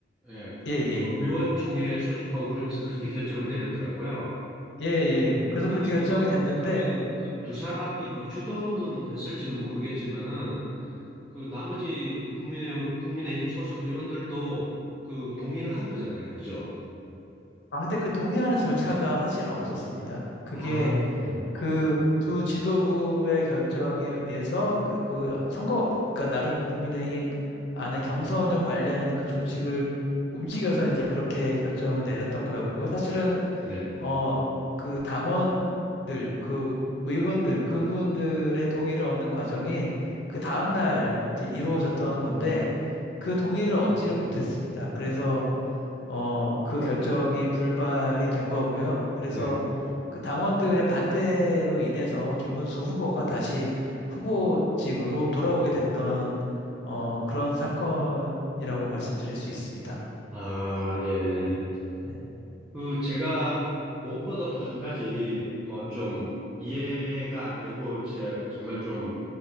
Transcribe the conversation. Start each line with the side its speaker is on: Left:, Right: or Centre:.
Centre: 예,
Left: 예, 예.
Centre: 의원총회 소집하고 그러면서 그렇게 결정을 내렸더라고요.
Left: 예, 예. 그래서
Centre: 근데
Left: 그렇게
Centre: 그거
Left: 결정이 됐는데
Centre: 그렇다면은 그 두 사람이 뭐 주도는 했을지는 모르겠지만은 그 나머지 그 국민의 국민의힘 소속 의원들도 그 동의를 한 거잖아요, 그죠?
Left: 아, 근데 그 동의하는 절차가 사실은 없었습니다. 그게
Centre: 아, 네,
Left: 그 두 지도부의 결정에 의해서 그, 그 선거, 그러니까 나름 국민의힘 안에 경선을 관리하는 그 조직을 움직여서 이제 그렇게 결정을 내렸던 거였고요. 사실은,
Centre: 네,
Left: 어, 그 당원들, 그 의원들, 그분들의 동의를 얻는 과정이 그 다음날 이제 이루어졌던 건데 그 동의를 얻지를 못했습니다. 그래서 어, 그 결정이 불발이 된 거고요. 그래서
Centre: 네.
Left: 그 당원들의 반대로 인해서 김문수 후보가 다시 후보직으로 돌아오게 됐던 어, 그런 사건이라고 말씀드릴 수 있습니다.
Centre: 아, 예.
Left: 네,
Centre: 그 제가 무엇보다도 한 가지 뭐 좀 이해가 안 되고 이제 정말 좀